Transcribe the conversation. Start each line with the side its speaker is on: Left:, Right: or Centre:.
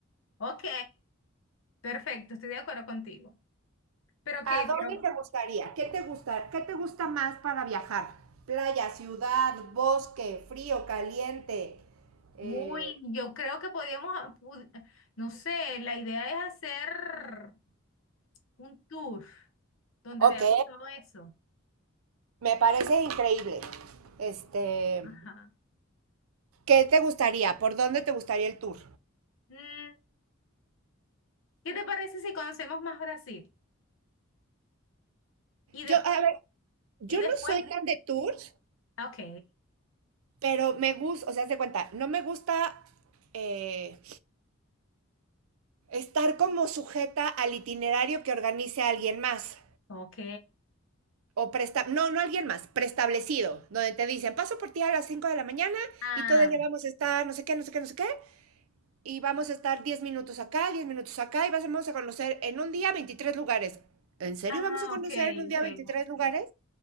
Left: Ok, Perfecto, estoy de acuerdo contigo. Pero
Right: ¿A
Left: que,
Right: dónde
Left: pero,
Right: te gustaría? ¿Qué te gusta, qué te gusta más para viajar? Playa, ciudad, bosque, frío, caliente. eh,
Left: uy, yo creo que podíamos, ah, pu- no sé, la idea es hacer un tour donde
Right: ok,
Left: veamos todo eso.
Right: me parece increíble. Este,
Left: Ajá.
Right: ¿qué te gustaría? ¿Por dónde te gustaría el tour?
Left: Mm, ¿qué te parece si conocemos más Brasil? Y después,
Right: Yo, a ver, yo
Left: y después,
Right: no soy tan de tours,
Left: ok,
Right: pero me gusta, o sea, haz de cuenta, no me gusta eh, estar como sujeta al itinerario que organice alguien más.
Left: ok.
Right: O presta, no, no alguien más, preestablecido, donde te dicen, paso por ti a las 5 de la mañana
Left: Ah,
Right: y todo el día vamos a estar no sé qué, no sé qué, no sé qué, y vamos a estar 10 minutos acá, 10 minutos acá, y vamos a conocer en un día veintitrés lugares. ¿En serio
Left: ah,
Right: vamos a conocer
Left: ok,
Right: en un día
Left: ok.
Right: 23 lugares?